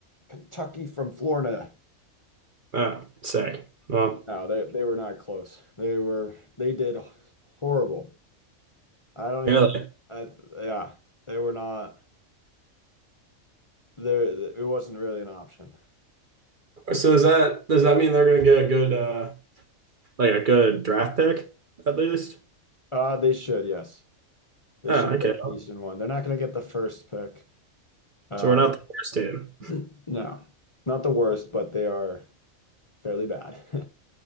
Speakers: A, on the left (about 30°); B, on the right (about 40°).
A: Kentucky from Florida.
B: Oh, sick. Well,
A: No, they they were not close. They were they did horrible. I don't
B: really.
A: even I th- yeah, they were not there it wasn't really an option.
B: So is that does that mean they're gonna get a good uh like a good draft pick at least?
A: Uh they should, yes. They
B: Oh,
A: should
B: okay.
A: get the Eastern one. They're not going to get the first pick. Um,
B: So we're not the worst team.
A: <laughs> <clears throat> No, not the worst, but they are fairly bad.